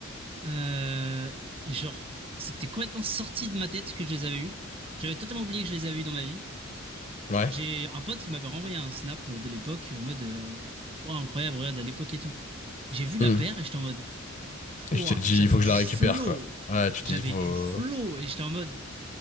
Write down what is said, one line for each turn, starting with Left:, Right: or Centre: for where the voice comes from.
Right: Euh, et genre, c'était complètement sorti de ma tête que je les avais eues. J'avais totalement oublié que je les avais eues dans ma vie.
Left: Ouais.
Right: J'ai un pote qui m'avait renvoyé un snap de l'époque en mode euh, Oh, incroyable, regarde à l'époque et tout. J'ai vu la
Left: hmm.
Right: paire et j'étais en mode
Left: Et
Right: Pouah,
Left: je t'ai dit,
Right: j'avais
Left: il faut que
Right: du
Left: je la
Right: flow!
Left: récupère, quoi. Ouais, tu t'es
Right: J'avais
Left: dit, faut.
Right: du flow! Et j'étais en mode